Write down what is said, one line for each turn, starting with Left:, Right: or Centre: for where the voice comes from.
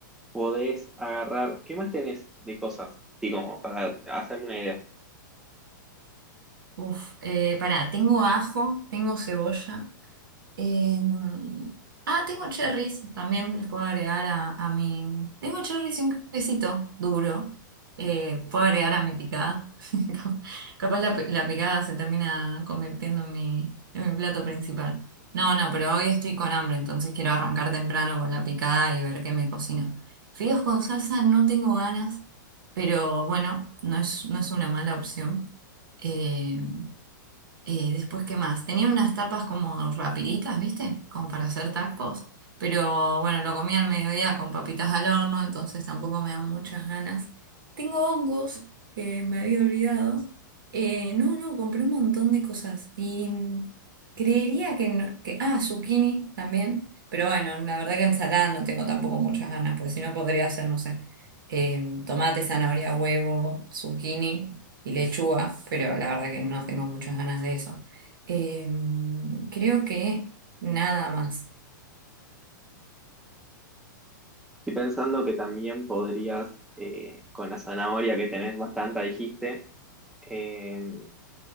Centre: podés agarrar, ¿qué más tenés de cosas? Digo, como para hacerme una idea.
Right: Uf, eh, pará, tengo ajo, tengo cebolla. Em, ah, tengo cherries, también les puedo agregar a, a mi... Tengo cherries y un quesito duro, eh, puedo agregar a mi picada. <laughs> Cap- Capaz la, pi- la picada se termina convirtiendo en mi, en mi plato principal. No, no, pero hoy estoy con hambre, entonces quiero arrancar temprano con la picada y ver qué me cocino. Fideos con salsa no tengo ganas, pero bueno, no es, no es una mala opción. Em, eh, después, ¿qué más? Tenía unas tapas como rapiditas, ¿viste? Como para hacer tacos. Pero bueno, lo comí al mediodía con papitas al horno, entonces tampoco me dan muchas ganas. Tengo hongos que me había olvidado. Eh, no, no, compré un montón de cosas. Y mm, creería que, no- que... Ah, zucchini también. Pero bueno, la verdad que ensalada no tengo tampoco muchas ganas, porque si no podría hacer, no sé, eh, tomate, zanahoria, huevo, zucchini y lechuga, pero la verdad que no tengo muchas ganas de eso. Em, creo que nada más.
Centre: Estoy pensando que también podrías, eh, con la zanahoria que tenés bastante, dijiste, eh,